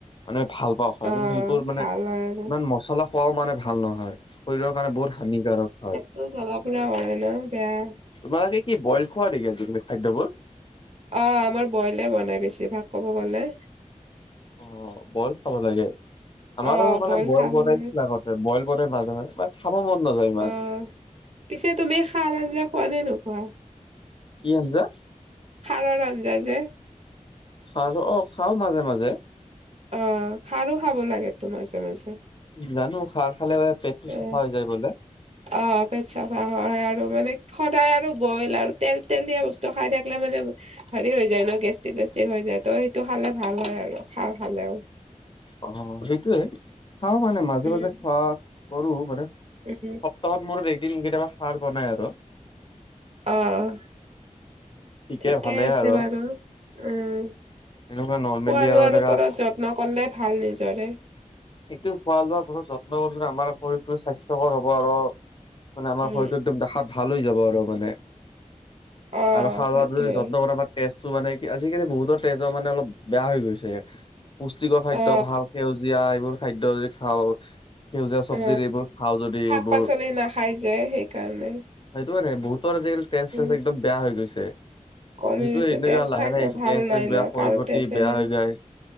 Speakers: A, on the left (about 40°); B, on the right (about 50°).
A: মানে ভাল পাওঁ হয়,
B: অ
A: কিন্তু সেইবোৰ মানে
B: ভাল হয় আৰু
A: ইমান মচলা খোৱাও মানে ভাল নহয়। শৰীৰৰ কাৰণে বহুত হানিকাৰক হয়।
B: তো জ্বলা পুৰা কৰে ন' বেয়া।
A: তোমালোকে কি বইল খোৱা নিকি আজিকালি খাদ্যবোৰ?
B: অ', আমাৰ বইলে বনাই বেছি ভাগ ক'ব গ'লে।
A: অ', বইল খাব লাগে আমাৰো
B: অ
A: মানে বইল
B: খাব
A: বনাইছিল
B: লাগে
A: আগত বইল বনাই মাজে মাজে মানে খাব মন নাযায় ইমান।
B: অ পিছে তুমি খাৰ আঞ্জা খোৱা নে নোখোৱা?
A: কি আঞ্জা?
B: খাৰৰ আঞ্জা যে
A: খাৰ টো, অ' খাওঁ মাজে মাজে।
B: অ', খাৰো খাব লাগেতো মাজে মাজে।
A: জানো খাৰ খালে পেটটো চাফা
B: এ
A: হৈ যায় বোলে।
B: অ', পেট চাফা হয় আৰু মানে সদায় আৰু বইল আৰু তেল তেলিয়া বস্তু খাই থাকিলে মানে হেৰি হৈ যায় ন' গেষ্ট্ৰিক চেষ্ট্ৰিক হৈ যায় ত' সেইটো খালে ভাল হয় আৰু খা খালেওঁ
A: অ', সেইটোয়ে খাওঁ মানে মাজে
B: উম
A: মাজে খোৱা কৰো মানে তহঁত
B: উম
A: মোৰ একদিন কেতিয়াবা খাৰ বনাই আৰু।
B: অ',
A: ঠিকে
B: ঠিকেই
A: ভালে
B: আছে
A: আৰু
B: বাৰু উম,
A: এনেকুৱা নৰ্মেলি
B: খোৱা
A: আৰু
B: লোৱাৰ
A: এনেকা
B: ওপৰত যত্ন কৰিলে ভাল নিজৰে।
A: এইটো খোৱা লোৱা বহুত যত্ন কৰিলে আমাৰ শৰীৰটো স্বাস্থ্যকৰ হব আৰু মানে আমাৰ
B: উম
A: শৰীৰটো একদম দেখাত ভাল হৈ যাব আৰু মানে।
B: অ
A: আৰু খাৰ
B: সেইটোৱে
A: খোৱাটো যদি যত্ন কৰা আমাৰ তেজটো মানে কি, আজিকালি বহুতৰ তেজ মানে অলপ বেয়া হৈ গৈছে। পুষ্টিকৰ খাদ্য
B: অ
A: ভাল সেউজীয়া এইবোৰ খাদ্য যদি খাওঁ সেউজীয়া সবজিৰ
B: অ
A: এইবোৰ খাওঁ যদি
B: শাক
A: এইবোৰ
B: পাচলি নাখাই যে সেইকাৰণে
A: সেইটো নাই বহুতৰ আজিকালি তেজ
B: উম
A: চেজ একদম বেয়া হৈ গৈছে। সেইটো
B: কমি গৈছে
A: তেনেকে
B: তেজ
A: লাহে
B: থাকে
A: লাহে
B: ভাল
A: তেজ
B: নাই
A: তেজ বেয়া
B: ন
A: শৰীৰ
B: কাৰো
A: প্ৰতি
B: তেজে
A: বেয়া
B: নাই
A: হৈ যায়